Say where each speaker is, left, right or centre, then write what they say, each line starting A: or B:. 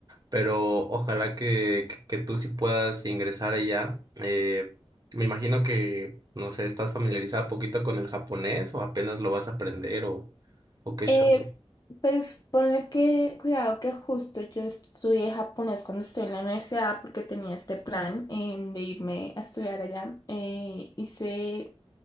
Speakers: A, on the right; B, on the left.
A: pero ojalá que, que, que tú sí puedas ingresar allá. Eh, me imagino que, no sé, estás familiarizada poquito con el japonés o apenas lo vas a aprender o, o qué
B: Eh,
A: show.
B: Pues ponle que, cuidado que justo yo estudié japonés cuando estuve en la universidad porque tenía este plan em, de irme a estudiar allá. Eh, hice